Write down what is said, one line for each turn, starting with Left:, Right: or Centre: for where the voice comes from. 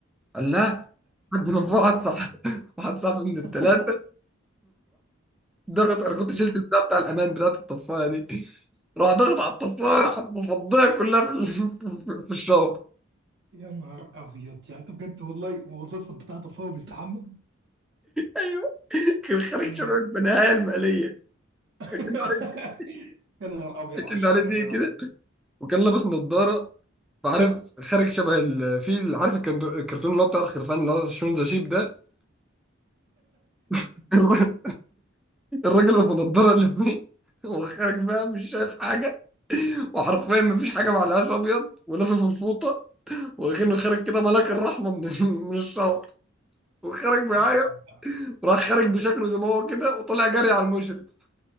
Centre: قال لا حد من فوق واحد صاحب <laughs> واحد صاحب من
Right: <laughs>
Centre: الثلاثه ضغط انا كنت
Right: يا
Centre: شلت البتاع بتاع الامان بتاعت الطفايه دي راح ضغط على الطفايه راح مفضيه كلها في ال- <laughs> في الشاور
Right: يا نهار ابيض يعني انت بجد والله وظيفة بتاعته فهو بيستحمى
Centre: ايوه كان خارج
Right: يا نهار
Centre: شباب بنهايه الماليه
Right: <laughs>
Centre: كان عليه
Right: يا نهار ابيض على
Centre: كان
Right: الشر
Centre: عليه دي
Right: يا جدع
Centre: كده وكان لابس نظارة فعارف خارج شبه الفيل عارف الكند- الكرتون اللي هو بتاع الخرفان اللي هو شون ذا شيب ده <laughs> الر- الراجل اللي بنضاره اللي فيه وخارج بقى مش شايف حاجة وحرفيا مفيش حاجة معلهاش أبيض ولافف الفوطة وكأنه خارج كده ملاك الرحمة من <laughs> من الشهر وخارج بيعيط
Right: يا نهار ابيض
Centre: وراح خارج بشكله زي ما هو كده وطلع جري على المشرف